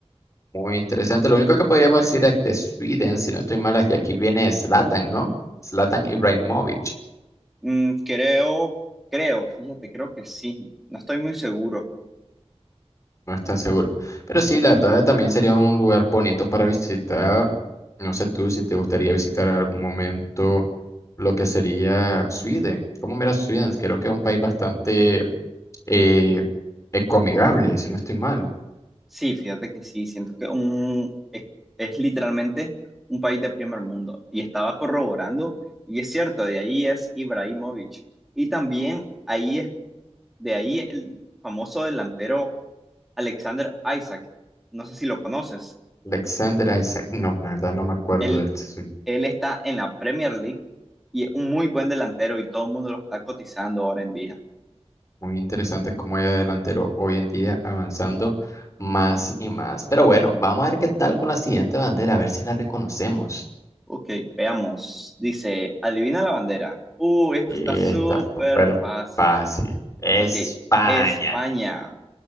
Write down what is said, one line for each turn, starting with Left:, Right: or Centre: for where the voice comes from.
Left: Muy interesante. Lo único que podríamos decir es de Sweden, si no estoy mal, es que aquí viene Zlatan, ¿no? Zlatan Ibrahimovic.
Centre: Mm, creo, creo, fíjate, creo que sí. No estoy muy seguro.
Left: No está seguro. Pero sí, la verdad también sería un lugar bonito para visitar. No sé tú si te gustaría visitar en algún momento lo que sería Sweden. ¿Cómo miras Sweden? Creo que es un país bastante eh, ecoamigable, si no estoy mal.
Centre: Sí, fíjate que sí, siento que un, es, es literalmente un país de primer mundo. Y estaba corroborando, y es cierto, de ahí es Ibrahimovic. Y también ahí es, de ahí el famoso delantero Alexander Isaac. No sé si lo conoces.
Left: Alexander Isaac. No, la verdad no me acuerdo
Centre: Él,
Left: de él. Sí,
Centre: él está en la Premier League y es un muy buen delantero y todo el mundo lo está cotizando ahora en día.
Left: Muy interesante cómo es delantero hoy en día avanzando más y más. Pero bueno, vamos a ver qué tal con la siguiente bandera, a ver si la reconocemos.
Centre: Ok, veamos. Dice, adivina la bandera. Uh, esto
Left: Sí,
Centre: está
Left: Está
Centre: súper
Left: súper
Centre: fácil.
Left: fácil. España.
Centre: Ok, España.